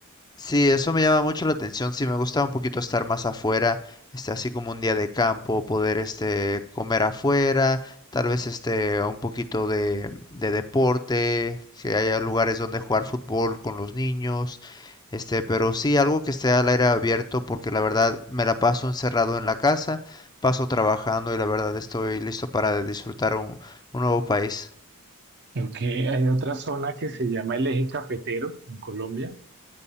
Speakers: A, on the left; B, on the right.
A: Sí, eso me llama mucho la atención. Sí, me gusta un poquito estar más afuera, este, así como un día de campo, poder, este, comer afuera, tal vez, este, un poquito de, de deporte, que haya lugares donde jugar fútbol con los niños, este, pero sí algo que esté al aire abierto, porque la verdad me la paso encerrado en la casa, paso trabajando y la verdad estoy listo para disfrutar un, un nuevo país.
B: Creo que hay otra zona que se llama el Eje Cafetero en Colombia